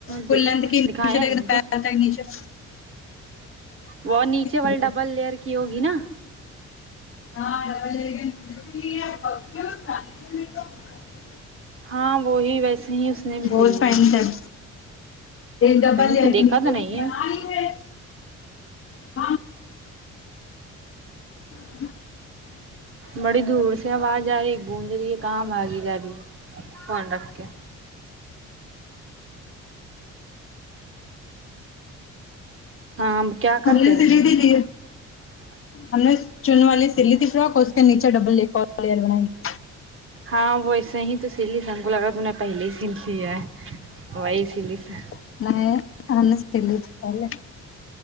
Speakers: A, on the left; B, on the right.
A: ف
B: دکھایا
A: لین کہے
B: نہیں ان
A: پ
B: کو
A: تھا نچے <unintelligible>
B: وہ نیچے والی
A: سلی
B: ڈبل
A: ہے
B: لئر کی ہوگی نا
A: <inaudible>
B: ہاں وہی ویسے ہی اس نے بھی
A: بہت
B: س لی
A: پہنتے
B: ہے
A: ہیں ڈبل
B: کہیں
A: لنی
B: پہ دیکھا
A: پڑی
B: تو نہیں
A: ب ہے پ <inaudible>
B: بڑی دور سے <inaudible> سے آواز ج رہی ہے گونند رہی ہے کام بای جای ہے فون رکھ کے ہاں کیا کر
A: ہم نے
B: کے آ
A: سلی
B: رہی اد
A: تھی
B: <unintelligible>
A: ہم نے چن والے س لی تھی فراک اور اس کے نیچے ڈبل ل لیئر بنائی تھی
B: ہاں وہ ایسے ہی تو سلی س ہم کو لگا تو نے پہلے ہی سل لیا وہی سلی س
A: میں لیے ت پہلے <unintelligible>